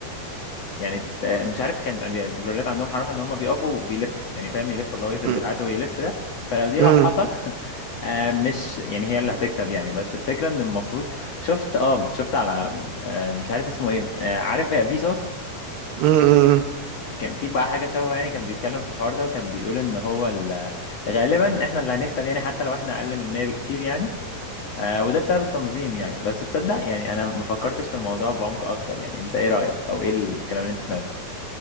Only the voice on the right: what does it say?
مم،
مم،
مم، مم.